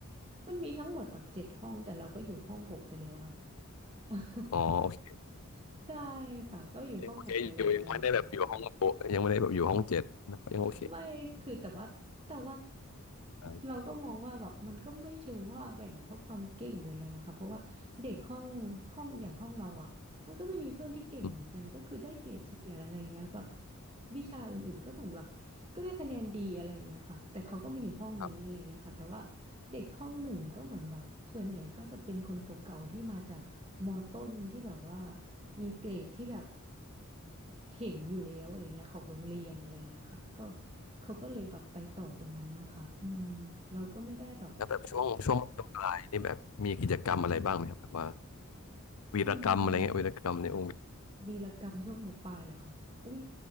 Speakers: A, on the right (about 25°); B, on the left (about 75°).
A: มันมีทั้งหมดแบบเจ็ดห้องแต่เราก็อยู่ห้องหกไปแล้วอะ <laughs> ค่ะ <laughs>
B: อ๋อโอเค
A: ใช่ค่ะก็อยู่ห้องหกไปแล้วอะไรเงี้ยค่ะ
B: ยังโอเคอยู่ยังไม่ได้แบบอยู่ห้องโปะยังไม่ได้แบบอยู่ห้องเจ็ดนะครับยังโอเค
A: ไม่คือแต่ว่าแต่ว่า
B: อยู่
A: เราก็มองว่าแบบมันก็ไม่เชิงว่าแบ่งเพราะความเก่งหรืออะไรนะคะเพราะว่าเด็กห้องห้องอย่างห้องเราอ่ะ มันก็จะมีเพื่อนที่เก่งเหมือนกันก็คือได้เกรดเฉลี่ยอะไรอย่างเงี้ยแบบ
B: อืม
A: วิชาอื่นๆก็เหมือนแบบก็ได้คะแนนดีอะไรอย่างเงี้ยค่ะแต่เขาก็มาอยู่ห้องนี้อะไรอย่างเงี้ยค่ะแต่ว่า
B: ครับ
A: เด็กห้องหนึ่งก็เหมือนแบบส่วนใหญ่ก็จะเป็นคนเก่าๆที่มาจากมอต้นที่แบบว่ามีเกรดที่แบบเห็นอยู่แล้วอะไรเงี้ยของโรงเรียนอะไรเงี้ยค่ะก็เขาก็เลยแบบไปต่อตรงนั้นมั้งค่ะอืมเราก็ไม่ได้แบบ
B: แล้วแบบช่วงช่วงมปลายนี่แบบมีกิจกรรมอะไรบ้างไหมครับแบบว่า
A: ค่ะ
B: วีรกรรมอะไรเงี้ยวีรกรรมในองค์
A: อืม วีรกรรมช่วงมปลายเหรอคะอุ้ย